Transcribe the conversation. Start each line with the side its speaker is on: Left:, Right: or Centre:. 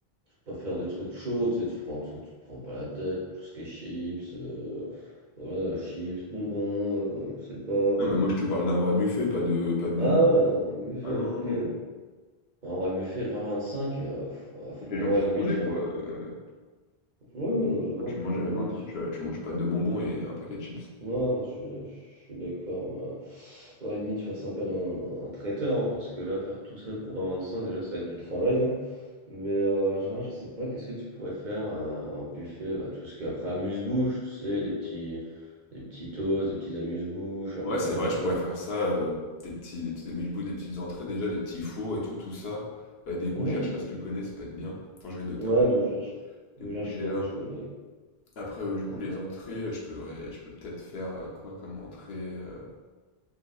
Right: pas faire de trucs chauds, tu sais, tu prends tout, tu te prends pas la tête, tout ce qui est chips, euh, voilà, chips, bonbons, euh, je sais pas. euh.
Left: Non, mais moi, je te parle d'un vrai buffet, pas de, pas de bonbons.
Right: Ah ouais, un vrai buffet,
Left: Ah non,
Right: ok.
Left: non, non.
Right: Un vrai buffet 20-25, euh, pff, ouais,
Left: Faut que
Right: pour
Left: les
Right: moi,
Left: gens puissent
Right: à la limite,
Left: manger, quoi.
Right: enfin.
Left: Euh,
Right: Oui, oui, non, je vois,
Left: quand tu manges à
Right: à la limite.
Left: 21, tu, tu manges pas deux bonbons et un paquet de chips.
Right: Non, je, suis je suis d'accord, bah, ouais, à la limite, fasse appel à un, un traiteur, hein, parce que là, faire tout seul pour 20-25, déjà, ça va être du travail, Mais euh, genre, je sais pas, qu'est-ce que tu pourrais faire euh, un buffet, bah, tout ce qui est après amuse-bouche, tu sais, des petits, des petits toasts, des petits amuse-bouches, après
Left: Ouais, c'est
Right: en
Left: vrai,
Right: plat.
Left: je pourrais faire ça, heu, des petits des petits sandwichs bouts, des petites entrées déjà, des petits fours et tout, tout ça, heu, des gougères,
Right: Ouais,
Left: je
Right: c'est
Left: sais pas
Right: pas...
Left: si tu connais, ça peut être bien. Attends, je vais noter
Right: ouais,
Left: un peu.
Right: Gaugère, je...
Left: Des
Right: Gaugère,
Left: gougères,
Right: je connais, je connais.
Left: après, heu, du coup,
Right: Après,
Left: les entrées, heu, je pourrais je peux peut-être faire, heu, quoi comme entrée, heu?